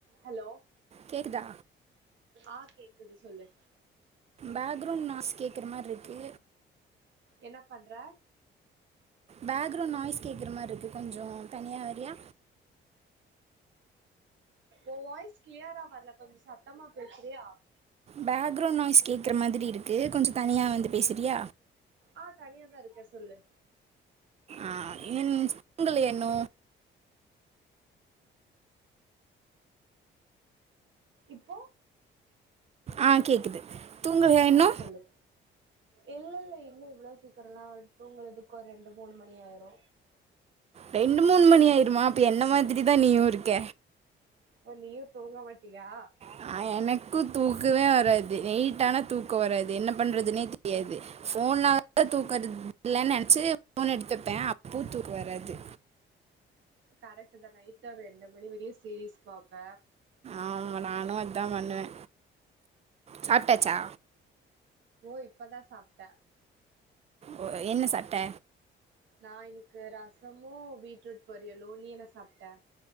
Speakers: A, on the right; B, on the right.
A: Hello
B: கேட்குதா
A: ஆ கேக்குது சொல்லு
B: பேக்ரவுண்ட் நாஸ் கேக்ற மார்ருக்கு
A: என்ன பண்ற
B: பேக்ரௌண்ட் நாய்ஸ் கேக்ற மார்ருக்கு கொஞ்சோ தனியா வரியா
A: உ வாய்ஸ் கிளியரா வர்ல கொஞ்சோ சத்தமா பேசுறியா
B: பேக்ரௌண்ட் நாய்ஸ் கேக்ற மாதிரி இருக்கு கொஞ்சோ தனியா வந்து பேசுறியா
A: ஆ தனியா தா இருக்க சொல்லு
B: ஆ இன் தூங்களயா இன்னு
A: இப்போ
B: ஆ கேக்குது தூங்கலையா இன்னு
A: ஆ சொல்லு இல்ல இல்ல இன்னு இவ்ளோ சீக்கிரோல்லா தூங்கரதுக்கு ஒரு ரெண்டு மூணு மணி ஆயிரு
B: ரெண்டு மூணு மணி ஆயிருமா அப்ப என்ன மாதிரி தா நீயு இருக்க
A: ஓ நீயு தூங்க மாட்டியா
B: நா எனக்கு தூக்கமே வராது நைட்டான தூக்கோ வராது என்ன பண்றதுனே தெரியாது ஃபோன்நாலதா தூக்கோ வரதில்லனு நெனச்சு ஃபோன் எடுத்துப்பே அப்பவு தூக்கோ வராது
A: கரெக்ட்டு தா நைட்டு ஒரு ரெண்டு மணி வரையு சீரீஸ் பாப்பே
B: ஆமா நானு அத்தா பண்ணுவே சாப்ட்டாச்சா
A: ஓ இப்பதா சாப்ட்ட
B: ஓ, என்ன சாப்பிட்ட
A: நா இன்னிக்கி ரசமு பீட்ரூட் பொரியலு நீ என்ன சாப்ட்ட